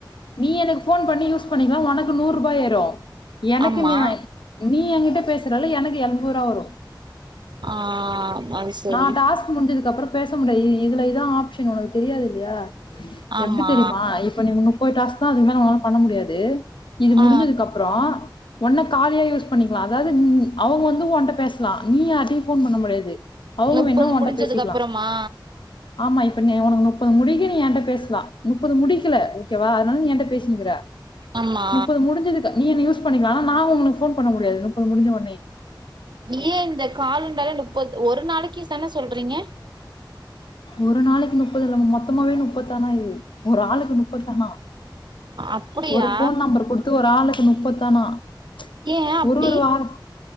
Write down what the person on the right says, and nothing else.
ஆமா
ஆ அது சரி
ஆமா
ஆ
முப்பது
முடிஞ்சதுக்கு
அப்புறமா
ஆமா
ஏ இந்த காலுண்டால நுப்பத் ஒரு நாளைக்கி தான சொல்றீங்க
அப்படியா
ஏ அப்படி